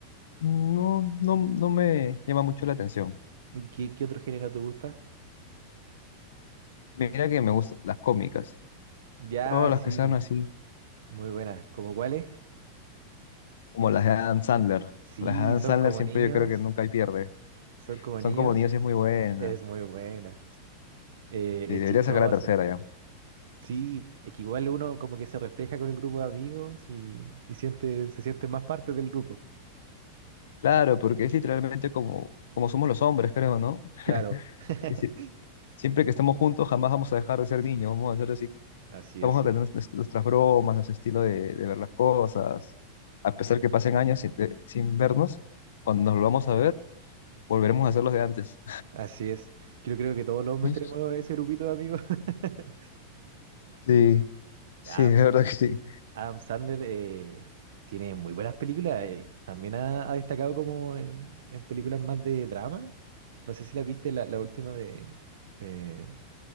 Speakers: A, on the left; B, on the right.
A: no, no, no me llama mucho la atención.
B: ¿Y ¿Qué, qué otro género te gusta?
A: Mira que me gustan las cómicas,
B: Ya,
A: todas las
B: sí,
A: que sean así,
B: muy buenas. ¿Cómo cuáles?
A: como las de Adam Sandler.
B: Sí,
A: Las de Adam
B: son
A: Sandler
B: como
A: siempre
B: niños.
A: yo creo que nunca hay pierde.
B: Son como
A: Son
B: niños.
A: como niños y es muy buena.
B: Es muy buena. Eh,
A: Sí,
B: es
A: debería
B: chistosa.
A: sacar la tercera ya.
B: Sí, es que igual uno como que se refleja con el grupo de amigos y, y siente, se siente más parte del grupo.
A: Claro, porque es literalmente como, como somos los hombres, creo, ¿no?
B: Claro. <laughs>
A: Y si- siempre que estamos juntos, jamás vamos a dejar de ser niños. Vamos a hacer así,
B: Así
A: vamos
B: es.
A: a tener nues- nuestras bromas, nuestro estilo de, de ver las cosas. A pesar que pasen años sin, de- sin vernos, cuando nos volvamos a ver, volveremos a ser los de antes.
B: Así es. Yo creo que todos los
A: <laughs>
B: hombres
A: Ujú.
B: tenemos ese grupito de amigos. <laughs>
A: Sí, sí,
B: Ya,
A: de verdad que sí.
B: Adam Sandler eh, tiene muy buenas películas. eh, también ha, ha destacado como en, en películas más de drama. No sé si la viste la, la última de eh,